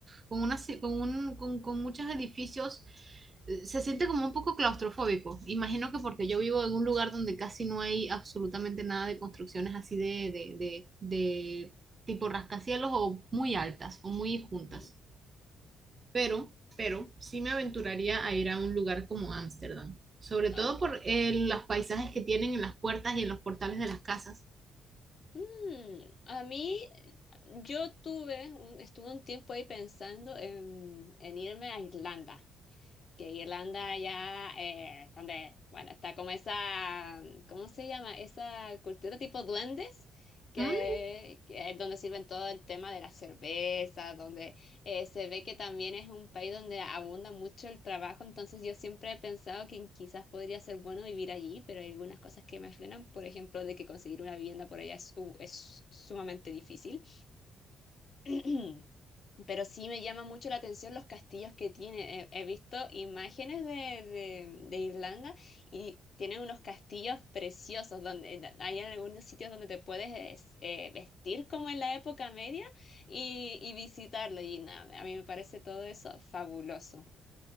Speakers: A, on the right; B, on the left.
A: con una, ci- con un- con- con muchos edificios, eh, se siente como un poco claustrofóbico. Imagino que porque yo vivo en un lugar donde casi no hay absolutamente nada de construcciones así de, de, de, tipo rascacielos o muy altas o muy juntas.
B: Ujú.
A: Pero, pero sí me aventuraría a ir a un lugar como Ámsterdam, sobre
B: Ok.
A: todo por eh, los paisajes que tienen en las puertas y en los portales de las casas.
B: Mm, a mí, yo tuve, un- estuve un tiempo ahí pensando en, en irme a Irlanda que Irlanda ya, eh, donde, bueno, está como esa, ¿cómo se llama? Esa cultura tipo duendes, que,
A: Mm,
B: que es donde sirven todo el tema de la cerveza, donde eh, se ve que también es un país donde abunda mucho el trabajo, entonces yo siempre he pensado que quizás podría ser bueno vivir allí, pero hay algunas cosas que me frenan, por ejemplo, de que conseguir una vivienda por allá es, su- es sumamente difícil. <clears throat> Pero sí me llama mucho la atención los castillos que tiene. He, he visto imágenes de, de- de Irlanda y tienen unos castillos preciosos donde hay en algunos sitios donde te puedes es- eh, vestir como en la época media y, y visitarlo. Y nada, a mí me parece todo eso fabuloso.